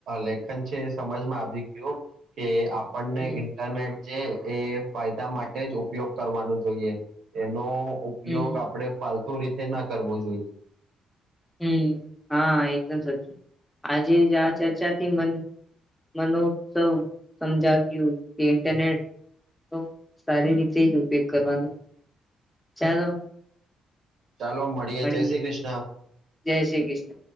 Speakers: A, on the right; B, in the centre.
A: લેખન છે સમજમાં આવી ગયું કે આપણને
B: હમ
A: ઇન્ટરનેટ છે એ ફાયદા માટે જ ઉપયોગ કરવાનું જોઈએ એનો ઉપયોગ
B: હમ
A: આપણે ફાલતુ રીતે ના કરવો જોઈએ
B: હમ હા એકદમ સાચું આજે જ આ ચર્ચાથી મન મનો સૌ સમજાવ્યું કે ઇન્ટરનેટ નો સારી રીતે જ ઉપયોગ કરવાનો ચાલો
A: ચાલો મળીએ
B: મળીએ
A: જય શ્રી કૃષ્ણ
B: જય શ્રી કૃષ્ણ